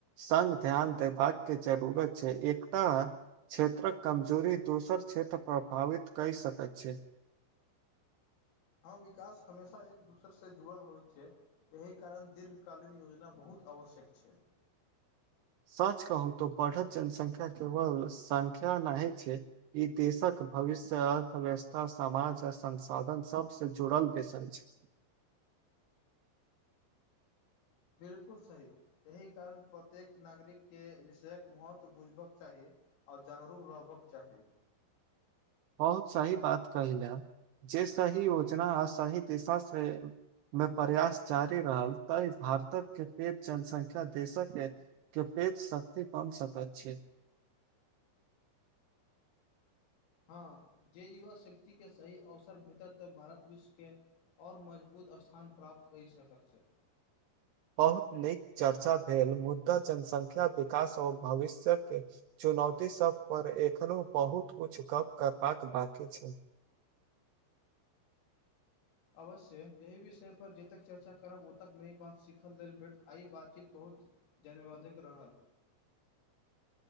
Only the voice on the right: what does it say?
संग ध्यान देबाक के जरूरत छै एकता। क्षेत्रक कमजोरी दोसर क्षेत्र प्रभावित कहि सक छै।
सच कहूँ त बढ़त जनसंख्या केवल संख्या नहि छै। ई देशक भविष्य अर्थव्यवस्था समाज आ संसाधन सभस जुड़ल विषय छै।
बहुत सही बात कहैले जे सही योजना आ सही दिशा से मे प्रयास जारी रहल तऽ भारतक के पेघ जनसंख्या देशक के के पेट शक्ति कोन सकैत छै
बहुत नीक चर्चा भेल मुद्दा जनसंख्या विकास ओर भविष्य के चुनौती सब पर एखनो बहुत कुछ गप करबाक बाकी छै